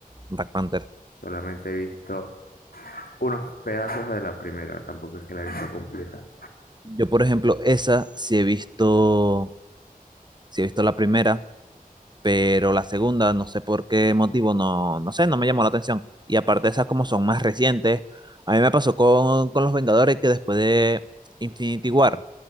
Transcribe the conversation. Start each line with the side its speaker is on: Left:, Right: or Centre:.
Right: Black Panther.
Left: Solamente he visto unos pedazos de la primera, tampoco es que la he visto completa.
Right: Yo, por ejemplo, esa sí he visto, sí he visto la primera, pero la segunda, no sé por qué motivo, no, no sé, no me llamó la atención. Y aparte esas como son más recientes, a mí me pasó con, con Los Vengadores que después de Infinity War,